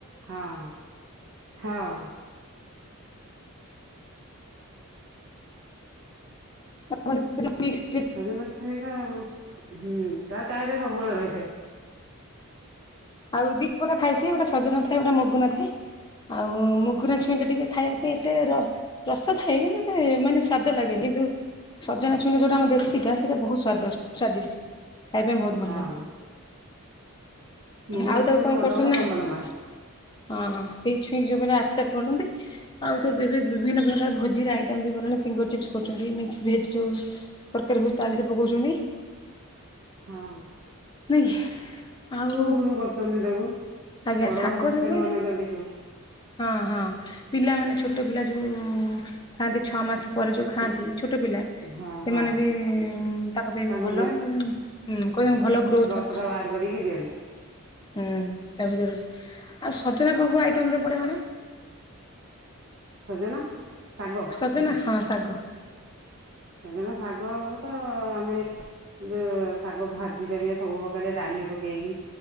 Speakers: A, on the right; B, on the left.
A: ହଁ-ହଁ,
B: <inaudible>
A: ଗନା ଛୁଇର ହୁଁ ତା ଚାହିଦା ସବୁବେଳେ ରହିଥାଏ,
B: ଆଉ ଦି ପ୍ରା ଥାଏ ସିଏ ଗୋଟେ ସଜନା ଥାଏ ଗୋଟେ ମଗୁ ନ ଥାଏ, ଆଉ ମୁଗୁରା ଛୁଇଁଟା ଟିକେ ଖାଇବା ପାଇଁ ଏତେ ର, ରସ ଥାଏ କିନ୍ତୁ ଏତେ ମାନେ ସ୍ଵାଦ ଲାଗେନି କିନ୍ତୁ, ସଜନା ଛୁଣି ଯୋଉଟା ଆମ ଦେଶୀଟା ସେଇଟା ବହୁତ ସ୍ବାଦିଷ୍ଟ ସ୍ଵାଦିଷ୍ଟ। ଖାଇବା ପାଇଁ ବହୁତ
A: ହଁ।
B: ଭଲ ଲାଗେ।
A: ମୁଗୁନା
B: ଆଉ
A: ଛୁଇଁ
B: ତାକୁ
A: ଟିକେ
B: କଣ
A: ବଡ
B: କରୁଛନ୍ତି
A: ବଡ
B: ନା।
A: ଲମ୍ବା
B: ହଁ,
A: ଲମ୍ବା
B: ସେଇ ଛୁଇଁ ଯୋଗୁରଚ ଆଚାର କରୁଛନ୍ତି। ଆଉ ତ ବେବେ ବିଭିନ୍ନ ପ୍ରକାର ଭୋଜିର ଆଇଟମ୍ ବି ବନାନି। ଫିଙ୍ଗର ଚିପ୍ସ୍ କରୁଛନ୍ତିି ମିକସ୍ ଭେଜି ଯେଉଁ ତରକାରୀ ବହୁତ ତାଧିଏରେ ପକେଉଛନ୍ତି।
A: ହଁ।
B: ନାଇଁ ଆଉ
A: ସୁପ୍ ବି କରୁଚନ୍ତି ତାକୁ
B: ଆଜ୍ଞା
A: ବଡ଼
B: ଶାଗ
A: ବଡ଼ ହୋଟେଲ
B: ଯୋଉ କହିଲେ
A: ମାନେଙ୍କରେ ଦେଖିବ।
B: ହଁ ହଁ। ପିଲାମାନେ ଛୋଟ ପିଲା ଯୋଉଁ ଖଆନ୍ତି ଛଅ ମାସ ପରେ ଯୋଉ ଖାଆନ୍ତି ଛୋଟ ପିଲା। ସେମାନେ
A: ହଁ ହଁ
B: ବି ତାଙ୍କ ପାଇଁ
A: ତାଙ୍କୁ
B: ବି ଭଲ ଉଁ କହିବେ ଭଲ ଗ୍ରୋଥ।
A: ଛତା ବାହାର କରିକି ଦିଅନ୍ତି।
B: ହୁଁ ତା ଭିତରେ ଆଉ ସଜନା କୋଉଁ କୋଉଁ ଆଇଟମ ରେ ପଡ଼େଇକି ବନାଅ।
A: ସଜନା ଶାଗ।
B: ସଜନା ହଁ, ଶାଗ।
A: ସେଜନା ଶାଗ ଅ ବୂତ ଆମେ ଯେଉଁ ଶାଗ ଭାଜି ପାରିବେ, ସବୁ ପ୍ରକାରେ ଡାଲି ପକେଇକି।